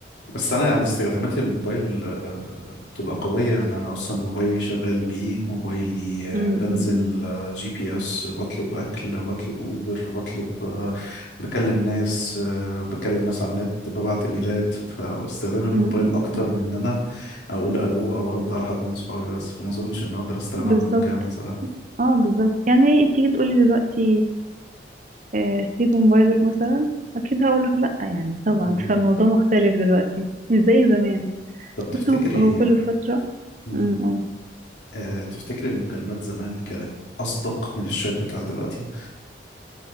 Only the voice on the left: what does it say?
بس انا يعني استخداماتي للموبايل آه، بتبقى قويه يعني انا اصلا موبايلي شغال بيه موبايلي
آه، بنزل آه، جي بي اس بطلب اكل بطلب اوبر بطلب آه، بكلم ناس آه، بكلم ناس على النت ببعت ايميلات فاستخدام الموبايل
اكتر
من
ان انا اقول الو او ارد على حد من صحابي بس فما اظنش ان اقدر استغنى
عنهم كامل بصراحه
مم.
طب تفتكري
آه،
مم.
أه تفتكر المكالمات زمان كانت أصدق من الشات بتاع دلوقتي؟